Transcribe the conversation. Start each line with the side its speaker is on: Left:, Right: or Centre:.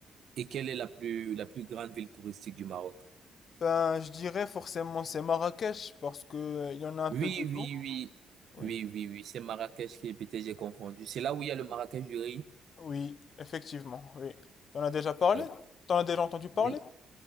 Right: et quelle est la plus, la plus grande ville touristique du Maroc?
Left: Ben, je dirais forcément c'est Marrakech parce que euh, il y en a un
Right: Oui,
Left: peu de tout.
Right: oui, oui.
Left: Oui.
Right: Oui, oui, oui. C'est Marrakech qui est, peut-être j'ai confondu. C'est là où il y a le Marrakech du riz.
Left: Oui, effectivement, oui. T'en as déjà parlé?
Right: Euh,
Left: T'en as déjà entendu parler?
Right: oui,
Left: <laughs>